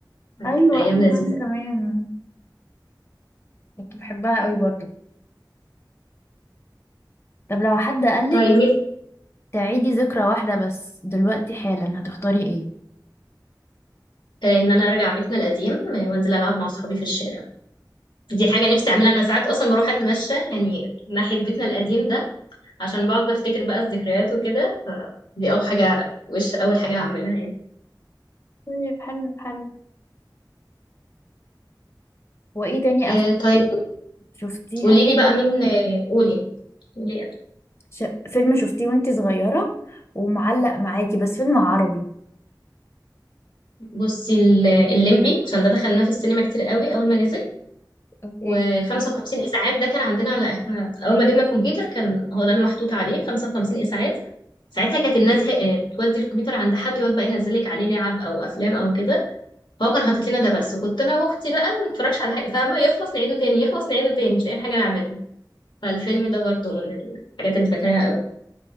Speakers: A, on the left (about 85°); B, on the left (about 35°).
A: آه، كانت
B: ايوه
A: أيام
B: ايوه
A: لذيذة
B: انا كمان كنت بحبها قوي برضو طب لو حد قالك
A: طيب نفسي
B: تعيدي ذكرى واحدة بس دلوقتي حالا هتختاري ايه
A: آه، إن أنا أرجع بيتنا القديم آه، وأنزل ألعب مع أصحابي في الشارع دي حاجة نفسي أعملها أنا ساعات أصلا بروح أتمشى يعني ناحية بيتنا القديم ده عشان بقعد بفتكر بقى الذكريات وكده فدي أول حاجة وش أول حاجة هعملها يعني
B: طيب حلو حلو وايه تاني
A: آه
B: أف...
A: طيب
B: شفتيها
A: قولي لي بقى مين آه، قولي قولي
B: ش... فيلم شفتيه وانتي صغيرة ومعلق معاكي بس فيلم عربي
A: بصي ال- الليمبي عشان ده دخلناه في السينما كتير قوي أول ما نزل
B: اوكي
A: و55 اسعاف ده كان عندنا على احنا اول ما جبنا كمبيوتر كان هو ده اللي محطوط عليه 55 اسعاف ساعتها كانت الناس هي- آه، بتودي الكمبيوتر عند حد يقعد بقى ينزل لك عليه لعب او افلام او كده فهو كان حاطط لنا ده بس وكنت انا واختي بقى ما بنتفرجش على حاجه فاهمه يخلص نعيده تاني يخلص نعيده تاني مش لاقيين حاجه نعملها فالفيلم ده برضه من الحاجات اللي فاكراها قوي